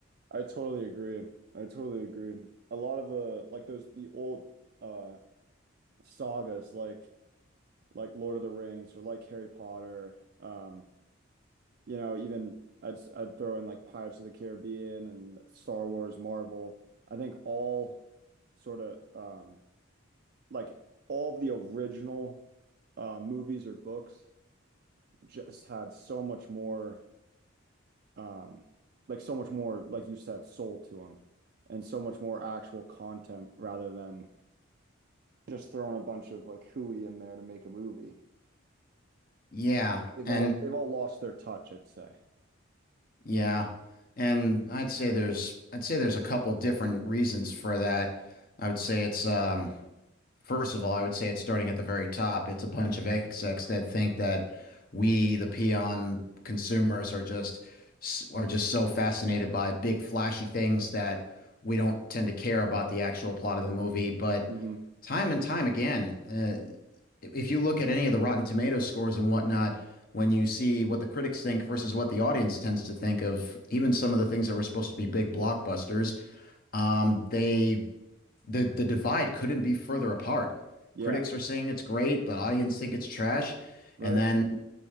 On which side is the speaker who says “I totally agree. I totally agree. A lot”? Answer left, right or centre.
Right